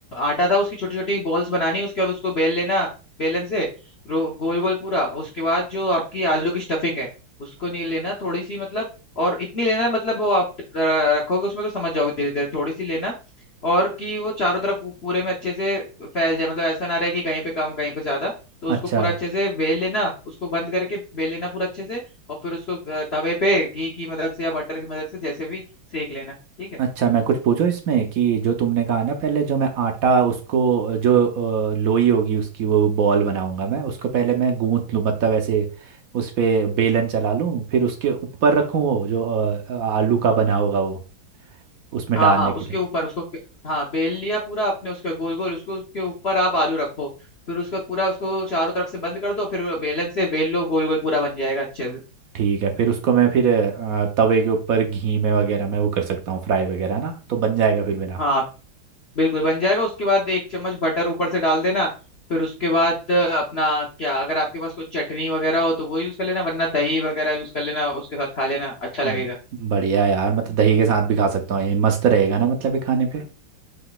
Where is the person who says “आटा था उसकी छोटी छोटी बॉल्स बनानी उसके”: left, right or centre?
Left